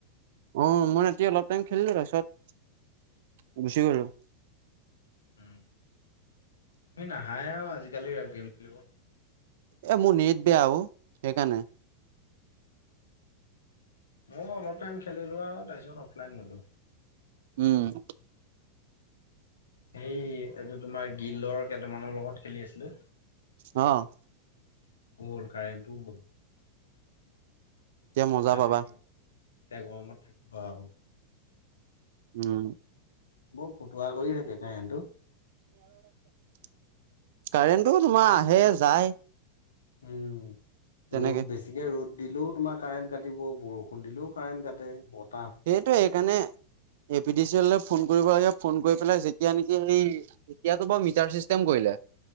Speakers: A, on the right; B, on the left.
A: অ মই ৰাতি অলপ টাইম খেলিলো তাৰছত গুচি গলো।
B: উ তুমি নাহায়ে আও আজিকালি গেম খেলিব।
A: এ মোৰ নেট বেয়া অউ, সেইকাৰণে।
B: ময়ো অলপ টাইম খেলিলো আও, তাৰপিছত অফলাইন গ'লো।
A: উম।
B: সেই এইটো তোমাৰ, গিলৰ কেইটামানৰ লগত খেলি আছিলো।
A: অ'।
B: গ'ল কাৰেণ্টটো গ
A: মজা
B: এতিয়া
A: পাবা
B: থাকিব, এতিয়া গৰমত থাকিবা আও।
A: উম।
B: বৰ ফটুৱা কৰি থাকে কাৰেণ্টটো।
A: <inaudible> কাৰেণ্টটো তোমাৰ আহে যায়।
B: উম,
A: তেনেকে
B: ৰ'দ বেছিকে ৰ'দ দিলেও তোমাক কাৰেণ্ট কাটিব, বৰষুণ দিলেও কাৰেণ্ট কাটে, বত
A: সেইটোৱে সেইকাৰণে এ পি ডি চি এলৈ ফোন কৰিব লাগে, ফোন কৰি পেলাই যেতিয়া নেকি সেই এতিয়াতো বাও মিটাৰ চিষ্টেম কৰিলে।